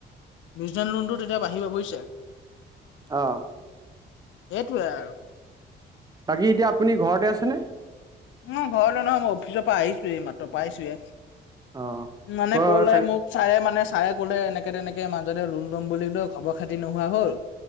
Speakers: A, on the left; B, on the right.
A: বিজনেছ লোনটো তেতিয়া বাঢ়িব বুজিছে?
B: অহ।
A: সেইটোৱে আৰু।
B: বাকী এতিয়া আপুনি ঘৰতে আছেনে?
A: উম ঘৰলে নহয় মই অফিচৰ পৰা আহিছোৱে মাত্ৰ পাইছোয়ে।
B: অ',
A: মানে
B: ক
A: কলে
B: চাগ
A: মোক ছাৰে মানে ছাৰে কলে এনেকে তেনেকে মাজতে লোণ। লম বুলি লৈ খবৰ খাতি নোহোৱা হল।